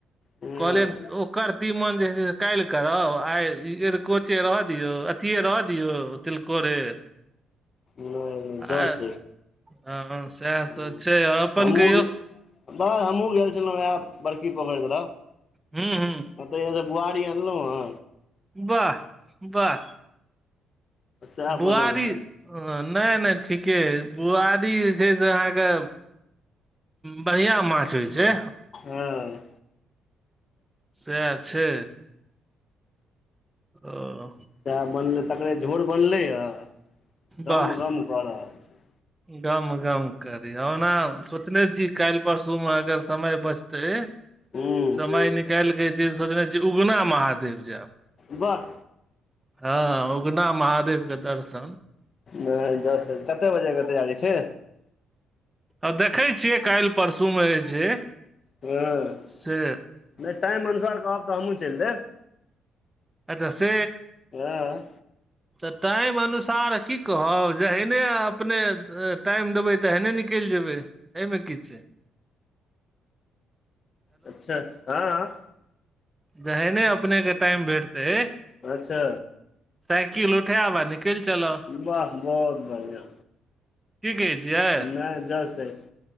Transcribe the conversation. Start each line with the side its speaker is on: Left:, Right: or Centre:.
Left: हूँ
Right: कहलियै
Left: नहि
Right: ओकर तीमन जे छै से काल्हि करब आय ई ऐरिकोचे रहऽ दियौ ती रह दियौ तिलकोरे
Left: नहि नहि दस
Right: आ हँ सएह
Left: हमहूँ
Right: तऽ छै अपन कहियौ
Left: बस हमहूँ गेल छलौ उएह बड़की पोखरि तरफ
Right: हूॅं
Left: हँ ओतहिये स बुआरी अनलौ हँ
Right: वाह वाह
Left: सएह
Right: बुआरी
Left: बनल हँ
Right: नहि नहि ठीके मे बुआरी जे छै से अहाँके बढ़िया माछ होय छै
Left: हँ
Right: सेएह छै ओह
Left: सेएह बनलै तकरे झोर बनलै हँ गम
Right: वाह
Left: गम कऽ रहल छै
Right: गम गम करी ओना सोचले छी काल्हि परसू म अगर समय बचतै
Left: हूँ
Right: समय निकालिक जे सोचने छियै उगना महादेव जायब
Left: वाह
Right: हँ उगना महादेव के दर्शन
Left: नहि दस ज कतेक बजे के तैयारी छै
Right: आ देखै छियै काल्हि परसूमे जे छै
Left: हँ
Right: से
Left: नहि टाइम अनुसार कहब तऽ हमहूँ चलि देब
Right: अच्छा से
Left: हँ
Right: तऽ टाइम अनुसार की कहब जेहने अपने टाइम देबै तेहने निकलि जेबै एहिमे की छै
Left: अच्छा हँ
Right: जहेने अपनेके टाइम भेटतै
Left: अच्छा
Right: साइकिल उठायब आ निकलि चलब
Left: वाह बहुत बढ़िआ
Right: की गे छियै
Left: नहि जस अछि